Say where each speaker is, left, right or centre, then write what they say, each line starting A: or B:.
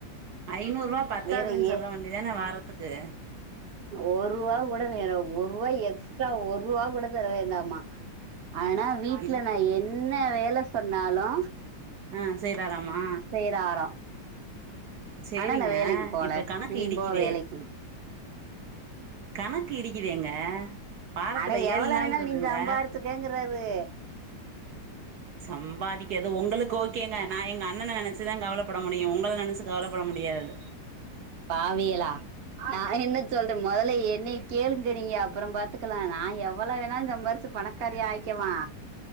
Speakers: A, on the right; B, on the right.
A: ஐநூறு ரூவா பத்தாதுன்னு
B: வேற
A: சொல்ல
B: ஏ
A: வேண்டியதான வாரத்துக்கு
B: ஒரு ரூவா கூட வேணா ஒரு ரூவா எக்ஸ்ட்ரா ஒரு ரூவா கூட தர வேண்டாமா ஆனா வீட்ல
A: இல்
B: நா என்ன வேல சொன்னாலு
A: அ செய்ராராமா
B: செய்ராரா
A: சேரிங்க
B: அனா நா வேலைக்கு போல
A: இப்ப கணக்கு
B: நீ
A: இடிக்குதே
B: போ வேலைக்கு
A: கணக்கு இடிக்குதேங்க வாரத்துல
B: அட எவ்வள
A: ஏழு நாள்
B: வேணாலு
A: இருக்குங்க
B: நீ சம்பாரிச்சுக்குங்றாரு
A: சம்பாதிக்காது ஒங்களுக்கு ஓகேங்க நா எங்க அண்ணன நெனச்சுதா கவலப்பட முடியு உங்கள நெனச்சு கவலப்பட முடியாது
B: பாவியலா நா என்ன சொல்றம் மொதல்ல என்னைய கேளுங்க நீங்க அப்பறோ பாத்துக்கலா நா எவ்வள வேணாலு சம்பாரிச்சு பணக்காரி ஆயிக்குவா